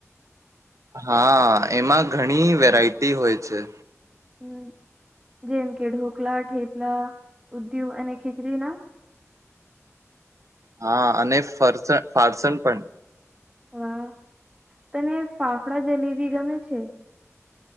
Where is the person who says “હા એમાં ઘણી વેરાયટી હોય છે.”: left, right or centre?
Right